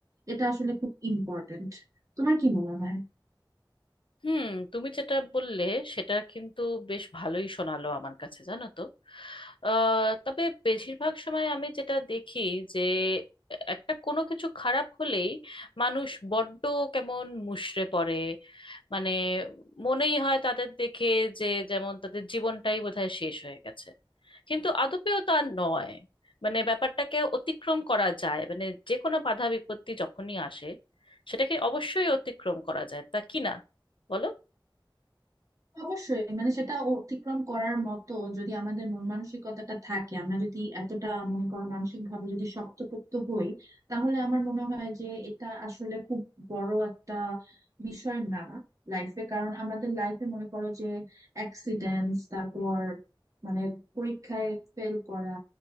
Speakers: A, on the right; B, on the left.
A: এটা আসলে খুব ইম্পর্টেন্ট তোমার কি মনে হয়
B: হুম তুমি যেটা বললে সেটা কিন্তু বেশ ভালোই শোনালো আমার কাছে জানো তো আহ তবে বেশিরভাগ সময় আমি যেটা দেখি যে একটা কোনো কিছু খারাপ হলেই মানুষ বড্ড কেমন মুষড়ে পড়ে মানে মনেই হয় তাদের দেখে যে যেমন তাদের জীবনটাই বোধহয় শেষ হয়ে গেছে কিন্তু আদপেও তা নয় মানে ব্যাপারটাকে অতিক্রম করা যায় মানে যে কোনো বাধা বিপত্তি যখনই আসে সেটাকে অবশ্যই অতিক্রম করা যায় তা কি না বলো
A: অবশ্যই মানে সেটা অতিক্রম করার মতো যদি আমাদের মন মানসিকতাটা থাকে আমরা যদি এতটা মনে করো মানসিক ভাবে যদি শক্তপোক্ত হই তাহলে আমার মনে হয় যে এটা আসলে খুব বড় একটা বিষয় না লাইফে কারণ আমাদের লাইফে মনে করো যে অ্যাক্সিডেন্টস তারপর মানে পরীক্ষায় ফেল করা